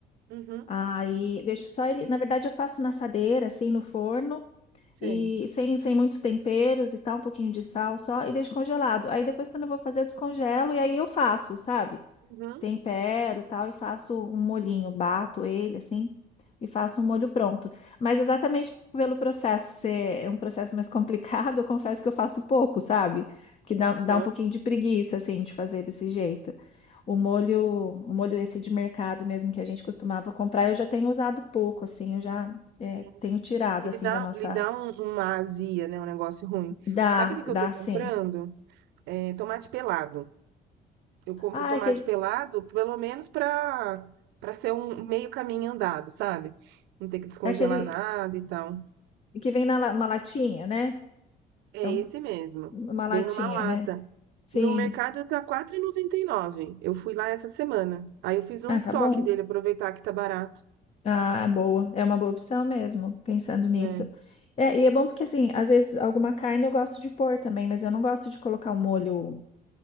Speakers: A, on the right (about 85°); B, on the left (about 40°).
A: Uhum,
B: Aí deixo só ele. Na verdade, eu faço na assadeira, assim, no forno.
A: sei.
B: E sem, sem muitos temperos e tal, um pouquinho de sal só, e deixo congelado. Aí depois, quando eu vou fazer, eu descongelo e aí eu faço, sabe?
A: Uhum,
B: Tempero e tal, e faço um molhinho, bato ele assim, e faço um molho pronto. Mas exatamente pelo processo ser é um processo mais <laughs> complicado, eu confesso que eu faço pouco, sabe? Que dá,
A: aham,
B: dá um pouquinho de preguiça, assim, de fazer desse jeito. O molho, o molho esse de mercado mesmo que a gente costumava comprar, eu já tenho usado pouco, assim, eu já é,
A: sim.
B: tenho tirado
A: Ele
B: assim
A: dá,
B: da nossa
A: ele dá um- uma azia, né? Um negócio ruim.
B: Dá,
A: Sabe o que que
B: dá
A: eu tô comprando?
B: sim.
A: É, tomate pelado. Eu compro
B: Ah,
A: tomate
B: é aquele,
A: pelado, pelo menos pra, pra ser um meio caminho andado, sabe? Não ter que descongelar
B: é aquele
A: nada e tal.
B: que vem na la- uma latinha, né?
A: É
B: É um-
A: esse mesmo.
B: uma
A: Vem
B: latinha,
A: numa lata.
B: né? Sim.
A: No mercado tá quatro e noventa e nove. Eu fui lá essa semana. Aí eu fiz um
B: Ah,
A: estoque
B: tá bom.
A: dele, aproveitar que tá barato,
B: Ah, é boa. É uma boa opção mesmo, pensando nisso.
A: né?
B: É, e é bom porque, assim, às vezes alguma carne eu gosto de pôr também, mas eu não gosto de colocar o molho,